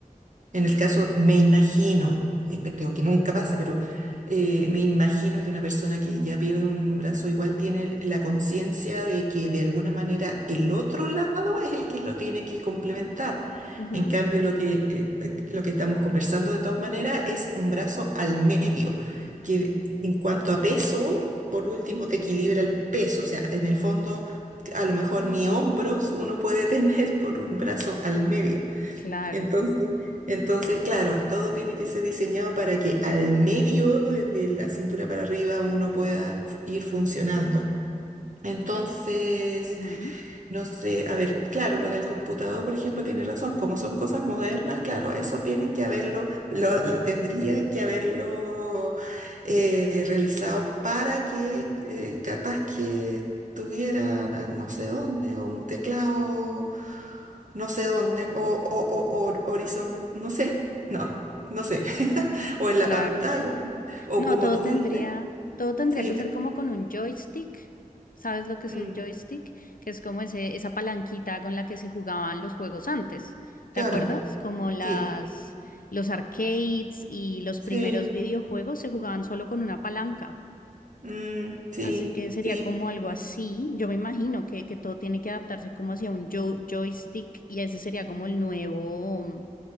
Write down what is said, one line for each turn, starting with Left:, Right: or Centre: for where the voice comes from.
Right: en el caso, me imagino, espero que nunca pase, pero eh, me imagino que una persona que ya pierde un brazo igual tiene la conciencia de que de alguna manera el otro lado es el que lo tiene que complementar.
Left: Ujú,
Right: En cambio, lo que, eh, eh, lo que estamos conversando de todas maneras es un brazo al medio, que en cuanto a peso, por último, te equilibra el peso. O sea, en el fondo, a lo mejor ni hombros uno puede <laughs> tener con un brazo al medio.
Left: Claro,
Right: Entonces, entonces, claro, todo tiene que ser diseñado para que al medio, desde la cintura para arriba, uno pueda f- ir funcionando. Entonces,
Left: ujú,
Right: no sé, a ver, claro, lo del computador, por ejemplo, tiene razón. Como son cosas modernas, claro, eso tienen que haberlo, lo, lo tendría que haberlo eh, realizado para que eh, capaz que tuviera na- no sé dónde, o un teclado, no sé dónde, o, o, o, o horizon, no sé, no, no sé, <laughs> o en
Left: claro.
Right: la pantalla, o
Left: No,
Right: como
Left: todo
Right: tú
Left: tendría,
Right: dices,
Left: todo tendría
Right: sí,
Left: que ser como con un joystick. ¿Sabes lo que
Right: mm,
Left: es el joystick? Que es como ese, esa palanquita con la que se jugaban los juegos antes.
Right: claro,
Left: ¿Te acuerdas? Como las,
Right: sí,
Left: los arcades y los
Right: sí,
Left: primeros videojuegos se jugaban solo con una palanca.
Right: mm, sí,
Left: Así que sería
Right: sí.
Left: como algo así. Yo me imagino que, que todo tiene que adaptarse como hacia un jo- joystick y ese sería como el nuevo